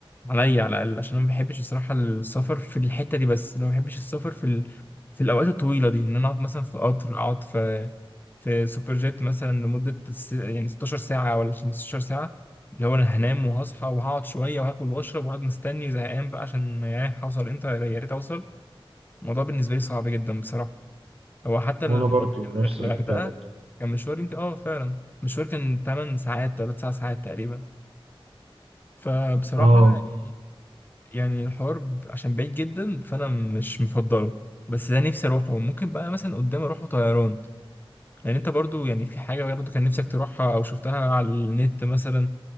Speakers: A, on the left; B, on the right.
A: عليا على الاقل عشان انا ما بحبش الصراحه السفر في الحته دي بس لو ما بحبش السفر في ال... في الاوقات الطويله دي ان انا اقعد مثلا في قطر اقعد في في سوبر جيت مثلا لمده س- يعني 16 ساعه ولا 15 ساعه اللي هو انا هنام وهصحى وهقعد شويه وهاكل واشرب وهقعد مستني زهقان بقى عشان ياه هوصل امتى يا ريت اوصل الموضوع بالنسبه لي صعب جدا بصراحه هو حتى
B: وانا
A: لما
B: برضو
A: قلت لك الغ-
B: نفس الحكايه
A: الغردقه
B: بجد.
A: كان مشوار يمكن اه فعلا مشوار كان 8 ساعات 3 ساعات ساعات تقريبا فبصراحه
B: اه
A: يعني يعني الحوار ب- عشان بعيد جدا فانا مش مفضله بس ده نفسي اروحه ممكن بقى مثلا قدام اروحه طيران يعني انت برضو يعني في حاجه برضو كان نفسك تروحها او شفتها على النت مثلا